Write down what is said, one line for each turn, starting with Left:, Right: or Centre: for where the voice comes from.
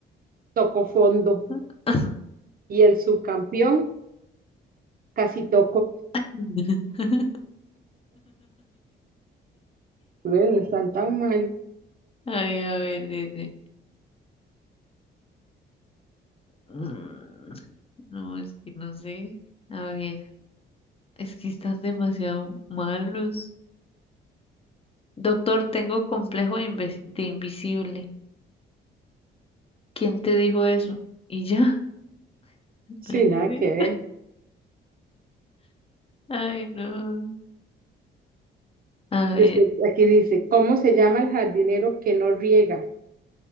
Right: Tocó fondo.
Left: <laughs>
Right: Y el subcampeón casi tocó.
Left: <laughs>
Right: Ve, No <laughs> están tan mal.
Left: Ay, a ver, dice. Mm, No, es que no sé. A ver, es que están demasiado malos. Doctor, tengo complejo de, inve- de invisible. ¿Quién te dijo eso? Y ya.
Right: Sí,
Left: Nada que
Right: nada
Left: ver.
Right: que ver.
Left: Ay, no. A
Right: Después,
Left: ver,
Right: aquí dice, ¿cómo se llama el jardinero que no riega?